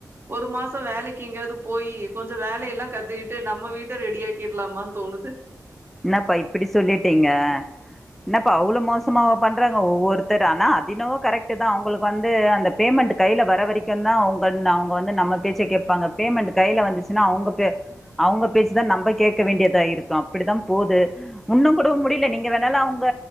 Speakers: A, on the right; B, in the centre.
A: ஒரு மாசோ வேலைக்கு எங்கேயாவது போய் கொஞ்சோ வேலைய எல்லாம் கத்துக்கிட்டு நம்ம வீட்ட ரெடி ஆக்கிடலாமான்னு தோணுது
B: என்னப்பா இப்படி சொல்லிட்டீங்க என்னப்ப அவ்ளோ மோசமவ பண்றாங்க ஒவ்வொருத்தர் ஆனா எனம கரெக்டு தா அவங்களுக்கு வந்து அந்த பேமெண்ட் கையில வர வரைக்கு தா அவுங்க அவுங்க வந்து நம்ம பேச்சை கேட்பாங்க பேமெண்ட் கையில வந்துச்சுன்னா அவங்க பே அவுங்க பேசிதா நம்ம கேட்க வேண்டியதா இருக்கு அப்படித்தா போது ஒன்னு கூடவா முடியல நீங்க வேணாலு அவங்க